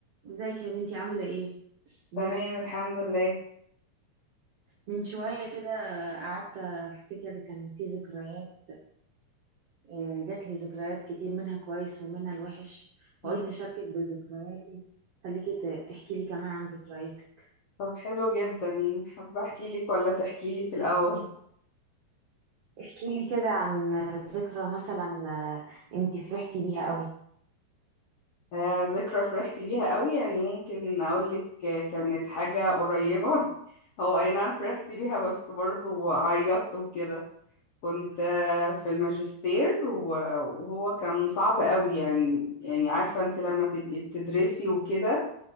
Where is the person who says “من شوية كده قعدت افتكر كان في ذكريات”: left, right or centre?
Right